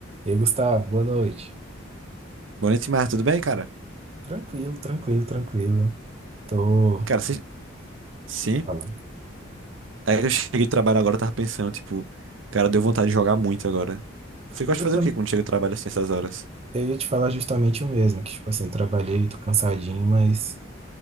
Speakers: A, on the right (about 30°); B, on the right (about 70°).
A: E aí, Gustavo, boa noite.
B: Boa noite, Mar. Tudo bem, cara?
A: Tranquilo, tranquilo, tranquilo. Tô
B: E, Cara, vocês... Sim.
A: falando.
B: Aí eu cheguei do trabalho agora, eu tava pensando, tipo, cara, deu vontade de jogar muito agora. Você gosta
A: Eu,
B: de fazer
A: tam-
B: o quê quando chega do trabalho assim, essas horas?
A: eu ia te falar justamente o mesmo, que tipo assim, trabalhei, tô cansadinho, mas